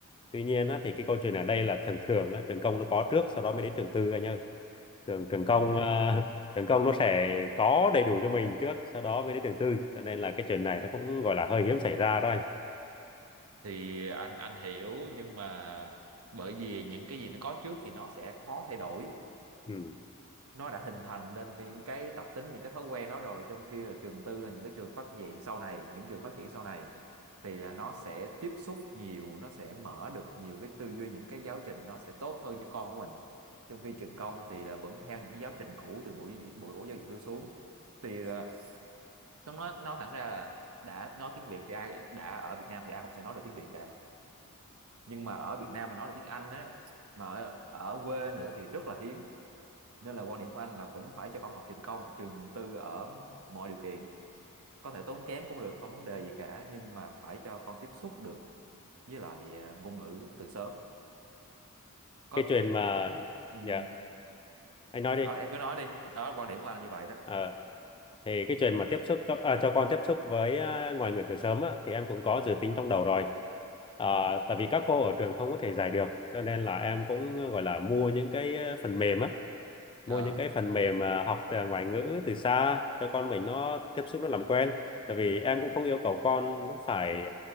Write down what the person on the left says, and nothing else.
tuy nhiên á, thì cái câu chuyện ở đây là thường thường á, trường công nó có trước sau đó mới đến trường tư anh ơi trường trường công
à, <laughs> trường công nó sẽ có đầy đủ cho mình trước sau đó mới đến trường tư cho nên là cái chuyện này nó cũng gọi là hơi hiếm xảy ra đó anh
Ừ.
cái chuyện
mà
dạ anh nói đi
Ờ, thì cái chuyện mà tiếp xúc cho à, cho con tiếp xúc với à, ngoại ngữ từ sớm á, thì em cũng có dự tính trong đầu rồi à,
tại vì các cô ở trường không có thể dạy được cho nên là em cũng gọi là mua những cái ờ, phần mềm á mua
những cái phần mềm mà học từ ngoại ngữ từ xa cho con mình nó tiếp xúc nó làm quen tại vì em cũng không yêu cầu con nó phải